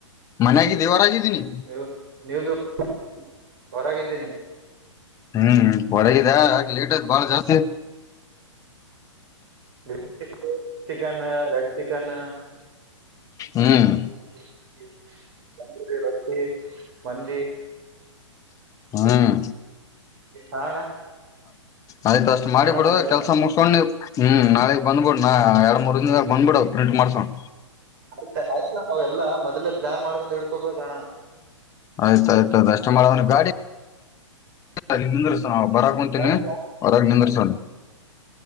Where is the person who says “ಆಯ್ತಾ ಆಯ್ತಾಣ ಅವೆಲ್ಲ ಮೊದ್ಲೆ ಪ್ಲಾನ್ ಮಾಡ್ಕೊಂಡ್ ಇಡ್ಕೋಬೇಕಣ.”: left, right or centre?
Right